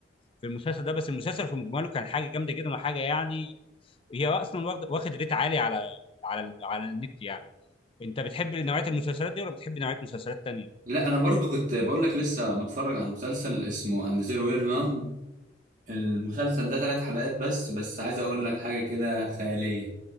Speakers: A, on the left; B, on the right.
A: في المسلسل ده بس المسلسل في مجمله كان حاجه جامده جدا وحاجه يعني هي اصلا واخد واخد ريت عالي على على ال- على النت يعني انت بتحب نوعيه المسلسلات دي ولا بتحب نوعيه مسلسلات تانية
B: لا انا برضو كنت بقول لك لسه متفرج على مسلسل اسمه اند زيرو وير نان المسلسل ده ثلاث حلقات بس بس عايز اقول لك حاجه كده خياليه